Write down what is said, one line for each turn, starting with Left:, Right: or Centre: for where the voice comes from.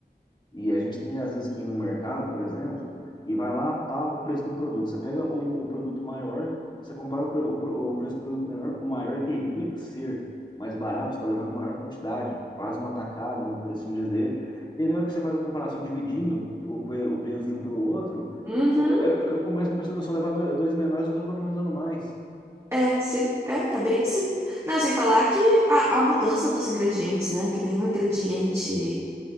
Left: E a gente tem, às vezes, que ir no mercado, por exemplo, e vai lá, tá o preço de um produto. Você pega o, o produto maior, você compara o, o, o, preço do produto menor, o maior teria que ser mais barato, está levando maior quantidade, quase um atacado, né, por assim dizer. E aí, na hora que você faz a comparação dividindo o, o o peso de um pelo outro,
Right: Uhum.
Left: o, é, fica, começa com a pessoa, se eu levar dois dois menores, eu estou economizando mais.
Right: É, sim, é, tá bem assim. Não, sem falar que a, a mudança dos ingredientes, né? Que nenhum ingrediente